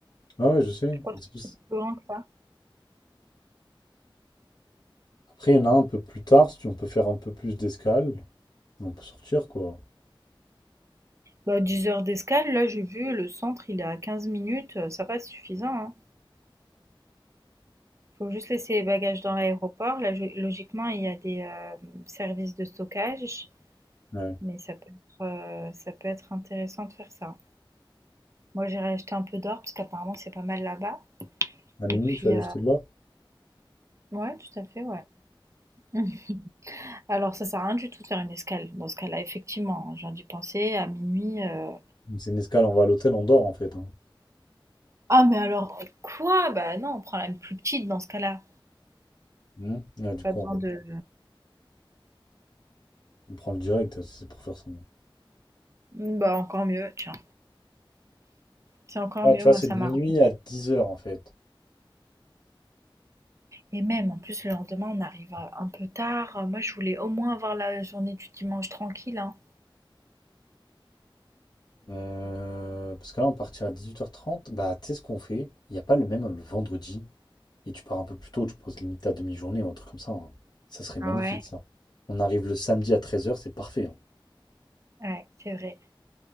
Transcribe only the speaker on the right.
je crois que
c'est plus grand que ça.
Bah, dix heures d'escale, là, j'ai vu, le centre, il est à 15 minutes, euh, ça va, c'est suffisant, hein. Faut juste laisser les bagages dans l'aéroport. Là, je- logiquement, il y a des euh, services de stockage,
mais ça peut être, euh, ça peut être intéressant de faire ça. Moi, j'irai acheter un peu d'or parce qu'apparemment, c'est pas mal là-bas.
Et puis,
euh,
ouais, tout à fait, ouais. <laughs> Alors, ça sert à rien du tout de faire une escale. Dans ce cas-là, effectivement, j'ai dû penser à minuit. euh,
Ah, mais alors, quoi? Bah non, on prend la plus petite dans ce cas-là.
Pas
besoin
de.
Bah, encore mieux, tiens. C'est encore
mieux,
moi,
ça
m'a.
Et même, en plus, le lendemain, on arrive, heu, un peu tard. Euh, Moi, je voulais au moins avoir la journée du dimanche tranquille, hein.
Ah ouais?
Ouais, c'est vrai.